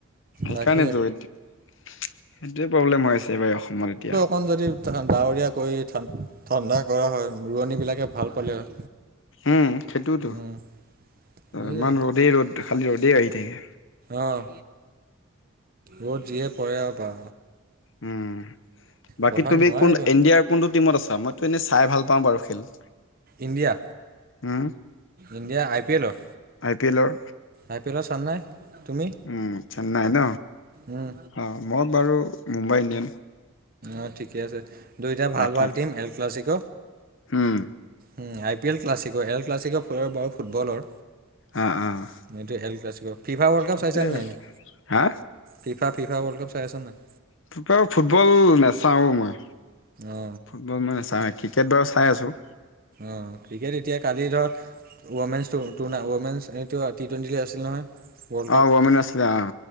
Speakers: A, on the left (about 60°); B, on the right (about 45°).
A: সেইকাৰণেতো
B: তাকে
A: সেইটোৱে প্ৰব্লেম হৈ আছে এইবাৰ অসমত এতিয়া
B: অকমান যদি ডাৱৰীয়া কৰি ঠান ঠাণ্ডা কৰা হয় ৰোৱনী বিলাকে ভাল পালে হয়।
A: উম সেইটোতো
B: উম। বুজিলে
A: ইমান ৰ'দেই ৰ'দ খালি ৰ'দেই আহি থাকে
B: অ' ৰদ যিহে পৰে আৰু বা
A: উম বাকী
B: পথাৰত
A: তুমি
B: নোৱাৰেগৈ
A: কোন ইণ্ডিয়াৰ কোনটো টিমত আছা মইতো এনেই চাই ভাল পাওঁ বাৰু খেল
B: India
A: home
B: India I P এলৰ?
A: আই পি এলৰ
B: আই পি এলৰ ছাওন নাই তুমি
A: উম চেন্নাই ন
B: উম
A: অঁ মই বাৰু মুম্বাই ইণ্ডিয়ান
B: অ' ঠিকে আছে দুয়োটা ভাল
A: বাকী
B: ভাল টিম এল ক্লাছিক'।
A: উম
B: উম, আই পি এল ক্লাছিকৰ এল ক্লাছিকৰ ফয়ৰ বাও ফুটবলৰ
A: অ' অ'।
B: সেইটোৱে এল ক্লাছিকৰ ফিফা ৱৰ্ল্ড কাপ
A: সেইটোৱে
B: চাইছা
A: আৰু
B: নাই এনেই
A: হা
B: ফিফা ফিফা ৱৰ্ল্ড কাপ চাই আছা নে নাই
A: ফিফা ফুটবল নাচাওঁ মই।
B: অ
A: ফুটবল মই নাচাওঁৱে ক্ৰিকেট বাৰু চাই আছো।
B: অ' ক্ৰিকেট এতিয়া কালি ধৰ ওৱামেন টো টোনা ওৱমেনচ এইটোৱা টি টুৱেন্টি আছিল নহয় ৱৰ্ল্ড কাপ
A: অ ওৱমেন আছিল আহ